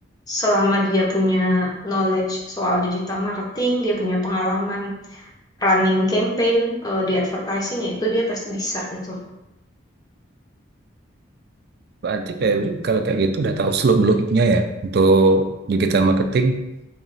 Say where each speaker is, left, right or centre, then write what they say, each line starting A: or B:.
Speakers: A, on the left; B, on the right.
A: selama dia punya knowledge soal digital marketing, dia punya pengalaman running campaign eh, di advertising ya itu dia pasti bisa gitu.
B: berarti Febri kalau kayak gitu udah tahu seluk beluknya ya untuk digital marketing